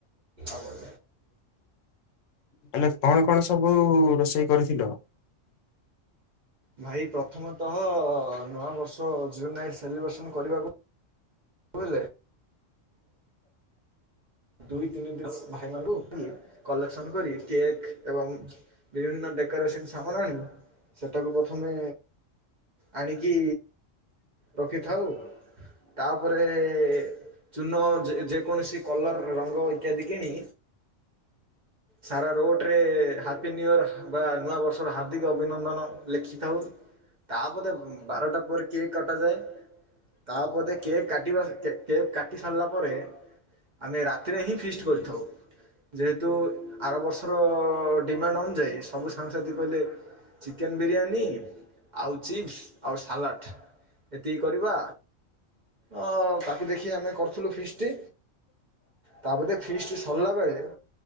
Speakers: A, on the right; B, on the left.
A: ଆଉ
B: ହେଲେ କଣ କଣ ସବୁ ରୋଷେଇ କରିଥିଲ?
A: ଭାଇ ପ୍ରଥମତଃ ନୂଆବର୍ଷ ଜିରୋ ନାଇଟଲିବ୍ରେସନ କରିବାକୁ ହେଲେ ଦୁଇ ତିନି ଦ ଭାଇମାନଙ୍କୁ କଲେକ୍ସନ କରି କେକ୍ ଏବଂ ବିଭିନ୍ନ ଡେକୋରେସନ ସାମନ୍ ଆଣ ସେଟାକୁ ପ୍ରଥମେ ଆଣିକି ରଖିଥାଉ ତାପରେ- ଚୂନ ଯେ-ଯେକୌଣସି କଲର ରଙ୍ଗ ଇତ୍ୟାଦି କିଣି ସାରା ରୋଟ ରେ ହ୍ୟାପି ନ୍ୟୁ ୟି ଅ ର ବା ନୂଆ ବର୍ଷର ହାର୍ଦ୍ଦିକ ଅଭିନନ୍ଦନ ଲେଖିଥାଉ। ତା ଉଁ-ବାରଟା ପରେ କିଏ କଟାଯାଏ। ତାପଦେ କେକ୍ କାଟିବା କେକ୍ କାଟି ସାରିଲା ପରେ ଆମେ ରାତିରେ ହିଁ ଫିଷ୍ଟ କରିଥାଉ। ଯେହେତୁ ଆର ବର୍ଷର- ଡିମାଣ୍ଡ ଅନୁଯାୟୀ ସବୁ ସାଙ୍ଗସାଥି କହିଲେ ଚିକେନ ବିରିୟାନୀ ଆଉ ଚିପ୍ସ ଆଉ ସାଲାଟ। ଏତିକି କରିବା ଅ- ତାକୁ ଦେଖି ଆମେ କରଥିଲୁ ଫିସ୍ ଟି। ତା ବଧେ ଫିସ୍ଟି ସରିଲା ବେଳେ